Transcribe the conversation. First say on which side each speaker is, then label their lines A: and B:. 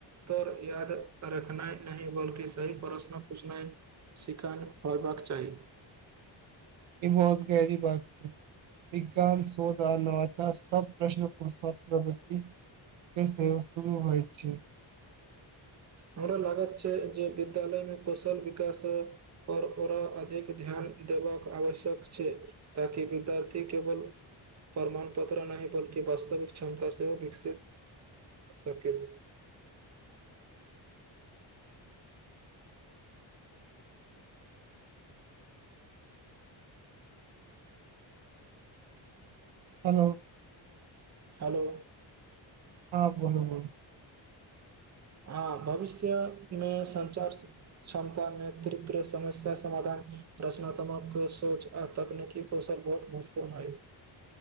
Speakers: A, on the right; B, on the right.
A: उत्तर याद रखनाइ नहि बल्कि सही प्रश्न पूछनाइ <unintelligible> होयबाक चाही
B: ई बहुत गहरी बात छै। विज्ञान, शोध आ नवाचार सब प्रश्न <unintelligible> <unintelligible> शुरू होइ छै
A: हमरा लागत छै जे विद्यालयमे कौशल-विकास आओर ओरा अधिक ध्यान देबाक आवश्यक छै। ताकि विद्यार्थी केवल प्रमाण पत्र नहि बल्कि वास्तविक क्षमता सेहो विकसित कऽ सकथि।
B: हेलो!
A: हेलो!
B: हँ, बोलू बोलू
A: हँ भविष्यमे संचारसँ क्षमता, नेतृत्व, समस्या-समाधान, रचनात्मक सोच आ तकनीकि ओ सब बहुत महत्वपूर्ण अछि